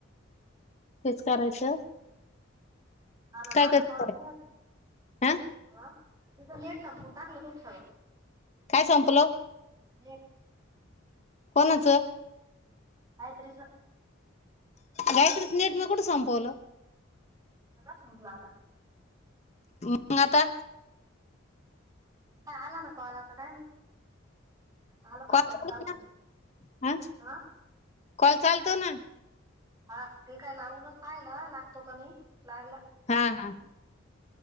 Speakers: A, on the left; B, on the right.
A: हेच करायचं.
B: ना ना
A: काय
B: माझा
A: करतय
B: कॉल नाही
A: <unintelligible>
B: येत
A: हा.
B: हा नेट संपून टाकलं तुम.
A: काय संपलं?
B: नेट.
A: कोणाचं?
B: गायत्रीच.
A: गात्रीच नेट म्या कुठं संपवलं.
B: सगळ संपल आता.
A: मग आता?
B: हा आला न काॅल आता काय माहिती. चालत
A: कॉल
B: असनत
A: चालू
B: असलं तर
A: ना
B: चालु द्या.
A: हा कॉल चालतो ना.
B: हा काय लावूनच पाहिला लागतो का नाही लागला.
A: हा, हा.